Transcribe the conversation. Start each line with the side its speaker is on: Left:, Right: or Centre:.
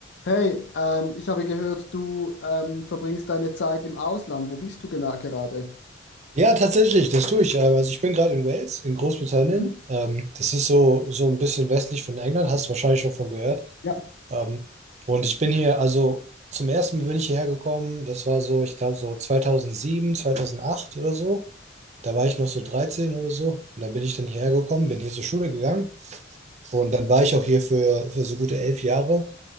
Left: Hey, ähm, ich habe gehört, du ähm, verbringst deine Zeit im Ausland. Wo bist du genau gerade?
Right: Ja, tatsächlich, das tue ich. Ähm, Also ich bin gerade in Wales, in Großbritannien.
Left: Mhm.
Right: Ähm, das ist so, so ein bisschen westlich von England, hast du wahrscheinlich schon von gehört.
Left: Ja,
Right: Ähm, und ich bin hier, also zum ersten Mal bin ich hierher gekommen, das war so, ich glaube so 2007, 2008 oder so. Da war ich noch so 13 oder so. Und dann bin ich dann hierher gekommen, bin hier zur Schule gegangen. Und dann war ich auch hier für, für so gute elf Jahre.